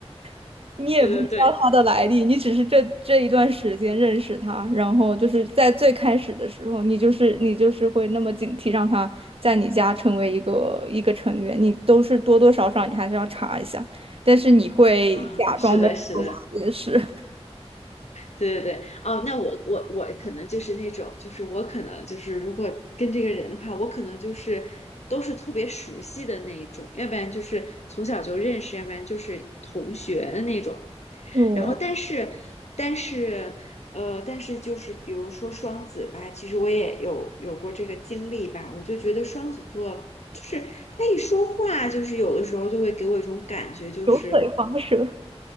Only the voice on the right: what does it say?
<laughs>，你也不知道他的来历，
你只是这这一段时间认识他，然后就是在最开始的时候，你就是你就是会那么警惕，让他在你家成为一个一个成员，你都是多多少少你还是要查一下，但是你会假装没有做这些事，
嗯，
油嘴滑舌。